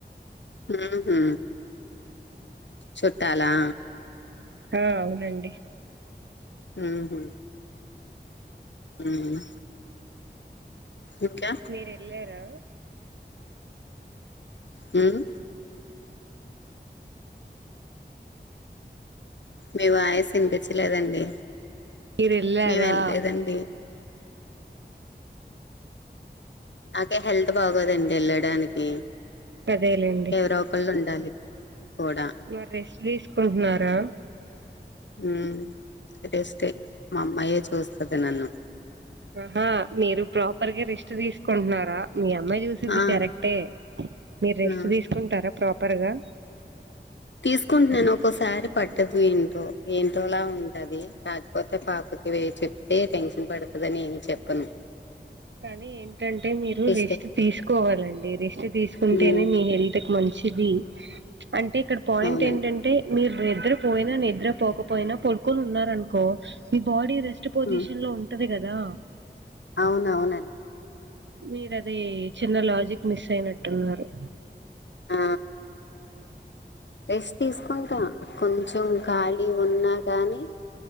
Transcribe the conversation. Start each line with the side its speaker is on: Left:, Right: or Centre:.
Left: మ్మ్ హు చుట్టాలా
Right: ఆ అవునండి.
Left: మ్ హు మ్ ఇంకా
Right: మీరేళ్ళారా
Left: మ్ మీ వాయిస్ వినిపిచ్చలేదండి.
Right: మీరు వెళ్ళారా
Left: మేమేళ్ళలేదండి. నాకే హెల్త్ బాగోదండి వెళ్ళడానికి
Right: అదేలేండి
Left: ఎవరో ఒకళ్ళు ఉండాలి కూడా
Right: మరి రెస్ట్ తీసుకుంటున్నారా
Left: ఉమ్ రెస్టే మా అమ్మాయే చూస్తది నన్ను
Right: ఆహా మీరు ప్రాపర్గా రెస్ట్ తీసుకుంటున్నారా మీ అమ్మాయి చూసి ది
Left: ఆ
Right: కరెక్టే మీరు రెస్ట్
Left: ఆ
Right: తీసుకుంటారా ప్రాపర్ గా
Left: తీసుకుంటున్నాను ఒక్కోసారి పట్టదు ఏంటో ఏంటోలా ఉంటది కా పోతే పాపకి వే చెప్తే టెన్షన్ పడుతుందిని ఏమి చెప్పను
Right: కానీ ఏం టంటే మీరు
Left: ఇస్తే
Right: రెస్ట్ తీసుకోవాలండి రెస్ట్ తీసుకుంటేనే
Left: ఉమ్
Right: మీ హెల్త్ కు మంచిది అంటే ఇక్కడ పాయింట్
Left: అవునండి
Right: ఏంటంటే మీరు నిద్ర పోయినా నిద్ర పోకపోయినా పడుకొని ఉన్నారు అనుకో మీ బాడీ రెస్ట్ పొజిషన్
Left: ఉమ్
Right: లో ఉంటది కదా
Left: అవునవునండి
Right: మీరు అది చిన్న లాజిక్ మిస్ అయినట్టున్నారు
Left: ఆ రెస్ట్ తీసుకుంటా కొంచెం ఖాళీ ఉన్నా గాని